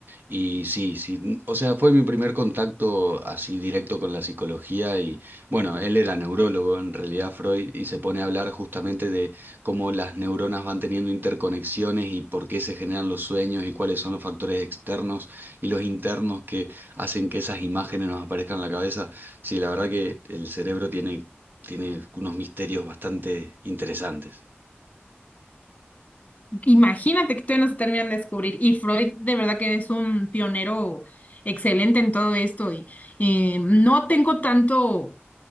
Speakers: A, on the right (about 50°); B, on the left (about 30°).
A: Y sí, sí, o sea, fue mi primer contacto así directo con la psicología y bueno, él era neurólogo en realidad Freud y se pone a hablar justamente de cómo las neuronas van teniendo interconexiones y por qué se generan los sueños y cuáles son los factores externos y los internos que hacen que esas imágenes nos aparezcan en la cabeza. Sí, la verdad que el cerebro tiene, tiene unos misterios bastante interesantes.
B: Imagínate que todavía no se terminan de descubrir. Y Freud de verdad que es un pionero excelente en todo esto. Y eh, no tengo tanto